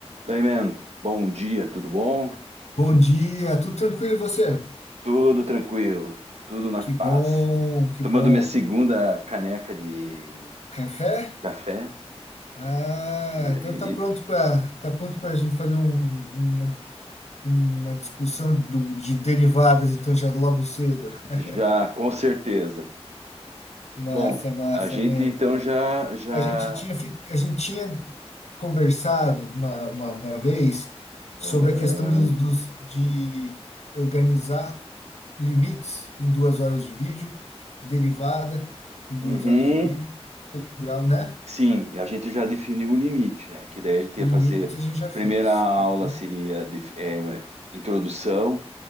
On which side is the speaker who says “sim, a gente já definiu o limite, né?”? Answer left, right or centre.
Right